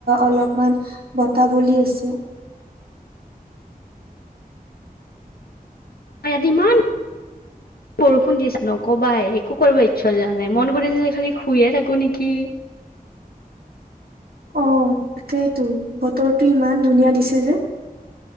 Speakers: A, on the right; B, on the left.
A: অলপমান বত বলি আছে।
B: ইয়াত ইমান বৰষুণ দি আছে নকবাই একো কৰিব ইচ্ছা যোৱা নাই মন কৰি আছে যে খালি শুইে থাকো নেকি।
A: অ'। তাকেইতো বতৰটো ইমান ধুনীয়া দিছে যে